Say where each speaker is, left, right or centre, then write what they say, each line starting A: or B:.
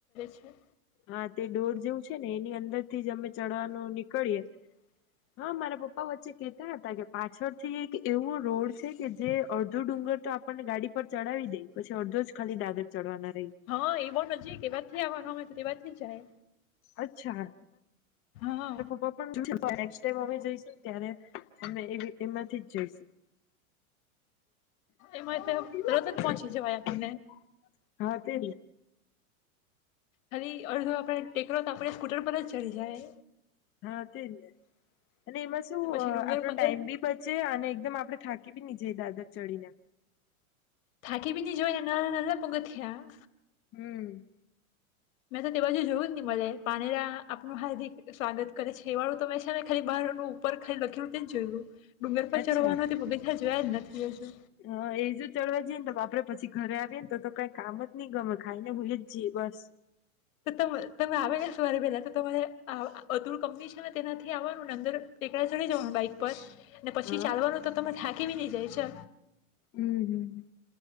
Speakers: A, on the left (about 65°); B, on the left (about 30°).
A: છે.
B: હા તે ડોર જેવું છે ને, એની અંદર થી જ અમે ચડવાનું નીકળીયે હા મારા પપ્પા વચ્ચે કેહેતા હતા કે પાછળ થી એક એવો રોડ છે કે, જે અડધો ડુંગર તો આપણને ગાડી પર ચડાવી દે. પછી અડધો જ ખાલી દાદર ચડવાના હતા.
A: હા એવો નજીક એવાથી આવવાનો અમે તો તેવા જાય.
B: અચ્છા.
A: હા.
B: પપ્પા પણને ટાઈમ અમે જઈશુ. ત્યારે. અમે એવી એમાંથી જ જઈશું
A: એમાં તો તરત
B: <inaudible>
A: જ પહોંચી જવાય આપણને
B: હા તે
A: ખાલી અડધ આપણે ટેકરો તો આપણે સ્કૂટર પર જ ચડી જાય.
B: હા તેનેને. અને એમાં શું
A: પછી ડુંગર
B: આપણો
A: પંદર
B: ટાઈમ બી બચે અને એકદમ આપડે થાક બી નીચે દાદર ચડીને
A: થાકી બીની જોઈ ને નાળ નાલા પગથિયાં
B: હમ.
A: મેં તો તે બાજુ જોયું ને મને પાનેરા આપનું હાર્દિક સ્વાગત કરે છે એ વાળું તો મેં છે ને ખાલી બહારનું ઉપર ખાલી લખલું તે જ જોયું. ડુંગર પર
B: અચ્છા
A: ચડવાનો તે પગથિયાં જોયા જ નથી હજુ
B: હ એજ ચડવા જઈએને તો બાપા આપડે પછી ઘરે આવીએને તો કઈ કામ જ નહી ગમે ખાઈને હુંઈ જ જઈએ બસ
A: તો તમે આવે સવારે પહેલા તો તમારે અતુર કંપની છે ને તેનાથી આવવાનું ને અંદર ટેકડા ચડી જવાનું બાઈક પર ને પછી
B: હા
A: ચાલવાનું તો તમે થાકીવી નહી જય છે.
B: હમમ